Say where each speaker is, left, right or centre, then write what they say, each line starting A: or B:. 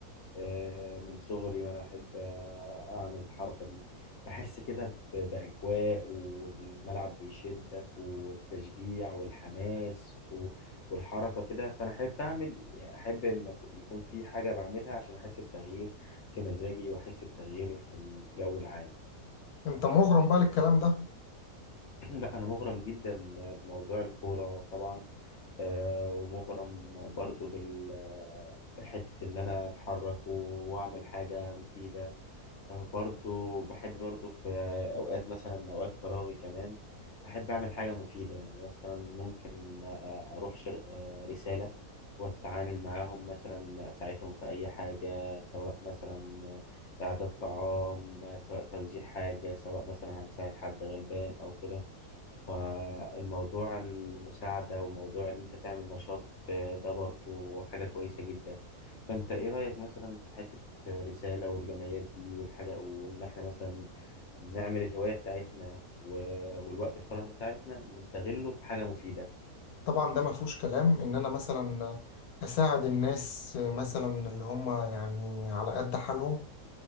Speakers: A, on the left; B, on the left.
A: آه، من صغري وانا احب آه، اعمل الحركه دي بحس كده ب- باجواء والملعب بيشدك والتشجيع والحماس و- والحركه كده فانا احب اعمل يعني احب ان أكو- يكون في حاجه بعملها عشان احس بتغيير في مزاجي واحس بتغيير في الجو العام
B: انت مغرم بقى للكلام ده
A: <clears throat> لا انا مغرم جدا بموضوع الكوره طبعا آه، ومغرم برضو بال بحتة إن أنا أتحرك وأعمل حاجة مفيدة آه، برضو بحب برضو في أوقات مثلا أوقات فراغي كمان أحب أعمل حاجة مفيدة يعني مثلا ممكن آه، أروح شر... آه، رسالة وأتعامل معاهم مثلا أساعدهم في أي حاجة سواء مثلا آه، إعداد طعام آه، سواء توزيع حاجة سواء مثلا هنساعد حد غلبان أو كده فالموضوع المساعدة وموضوع إن أنت تعمل نشاط آه، ده برضو حاجة كويسة جدا فأنت إيه رأيك مثلا في حتة رسالة والجمعيات دي والحاجة وإن إحنا مثلا نعمل الهواية بتاعتنا و- والوقت الفراغ بتاعتنا نستغله في حاجة مفيدة
B: طبعا ده ما فيهوش كلام ان انا مثلا اساعد الناس مثلا اللي هم يعني على قد حالهم